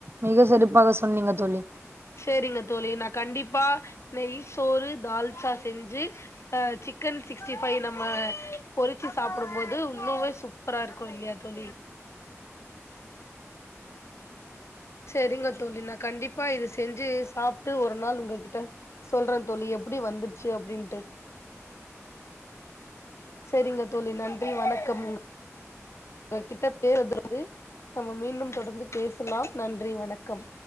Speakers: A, on the right; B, on the left.
A: மிக சிறப்பாக சொன்னிங்க தோழி
B: செரிங்க தோழி நா கண்டிப்பா நெய் சோறு தால்சா செஞ்சு அ சிக்கன் சிக்ஸ்டி ஃபைவ் நம்ம பொறிச்சு சாப்பிடும்போது இன்னமே சூப்பரா இருக்கு இல்லியா தோழி செரிங்க தோழி நா கண்டிப்பா இது செஞ்சு சாப்ட்டு ஒரு நாள் உங்ககிட்ட சொல்ற தோழி எப்படி வந்துச்சு அப்டின்ட்டு செரிங்க தோழி நன்றி வணக்கம் உங்க கிட்ட பேசுனதுல நம்ம மீண்டும் தொடர்ந்து பேசலாம் நன்றி வணக்கம்